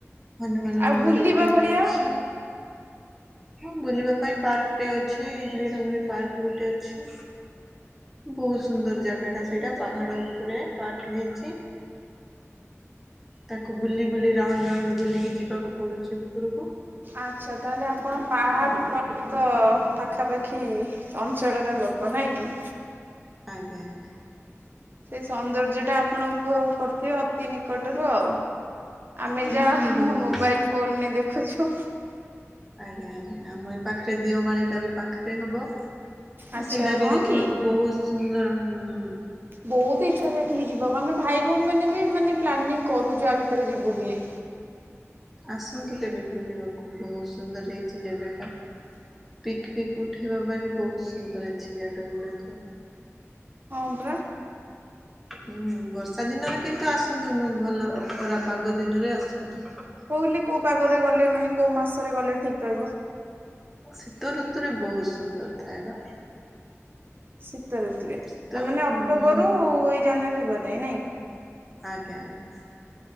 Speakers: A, in the centre; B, on the right.
A: ହନୁମାନ
B: ଆଉ
A: ମନ୍ଦିର
B: ବୁଲିବା
A: ବି ଦିଟା
B: ଭଳିଆ
A: ଅଛି। ହଁ ବୁଲିବା ପାଇଁ ପାର୍କ ଟେ ଅଛି। ଇଲି ଡଙ୍ଗରି ପାର୍କ ଗୋଟେ ଅଛି। ବହୁତ୍ ସୁନ୍ଦର ଜାଗା ଟା ସେଇଟା ପାହାଡ ଉପରେ ପାର୍କ ହେଇଚି। ତାକୁ ବୁଲି ବୁଲି ରାଉଣ୍ଡ ରାଉଣ୍ଡ ବୁଲିକି ଯିବାକୁ ପଡ଼ୁଛି ଉପରକୁ।
B: ଆଚ୍ଛା ତାହେଲେ ଆପଣ ପାହାଡ଼ ପର୍ବତ ପାଖାପାଖି ଅଞ୍ଚଳର ଲୋକ ନାଇଁ କି
A: ଆଜ୍ଞା ଆଜ୍ଞା
B: ସେଇ ସୌନ୍ଦର୍ଯ୍ୟ ଟା ଆପଣ ଉପଭୋଗ କରୁଥିବେ ଅତି ନିକଟରୁ ଆଉ ଆମେ
A: ହୁଁ
B: ଯାହା
A: ବହୁତ
B: ମୋବାଇଲ ଫୋନ ରେ ଦେଖୁଛୁ।
A: ଆଜ୍ଞା ଆଜ୍ଞା ଆମ ଏ ପାଖରେ ଦିଅମାଳି ଟା ବି ପାଖ୍। ଏ ହବ
B: ଆଚ୍ଛା
A: ସେଇଟା
B: ହଁ
A: ବି ଦେଖିବାକୁ
B: କି?
A: ବହୁତ୍ ସୁନ୍ଦର ହୁଁ।
B: ବହୁତ ଇଚ୍ଛା ସେଇଠିକି ଯିବାକୁ ଆମେ ଭାଇ ଭଉଣୀ ମାନେ ବି ମାନେ ପ୍ଲାନିଂ କରୁଛୁ ଆ ଭିତରେ ଯିବୁ ବୁଲି।
A: ଆସନ୍ତୁ ତେବେ ବୁଲିବାକୁ ବହୁତ୍ ସୁନ୍ଦର ହେଇଚି ଜାଗାଟା। ପିକ୍ ପିକ ଉଠେଇବା ପାଇଁ ବି ବହୁତ୍ ସୁନ୍ଦର ହେଇଚି ଜାଗା ଗୁଡ଼ାକ।
B: ହଁ ପରା।
A: ଝଙ୍କ୍ହହଙ୍କ୍। <inaudible> ହୁଁ ବର୍ଷା ଦିନରେ କିନ୍ତୁ ଆସନ୍ତୁନୁ ଭଲ ଖରା ପାଗ ଦିନରେ ଆସନ୍ତୁ।
B: କୋଉଲେ କୋଉ ପାଗରେ ଗଲେ ମାନେ କୋଉ ମାସରେ ଗଲେ ଠିକ୍ ରହିବ।
A: ଶୀତ ଋତୁରେ ବହୁତ୍ ସୁନ୍ଦର ଥାଏ ବା।
B: ଶୀତ ଋତୁରେ ତା
A: ଶୀତ ଋତୁ
B: ମାନେ ଅକ୍ଟୋବରରୁ
A: ହୁଁ।
B: ଏଇ ଜାନୁୟାରୀ ଫେବୃୟାରୀ ନାଇଁ।
A: ଆଜ୍ଞା, ଆଜ୍ଞା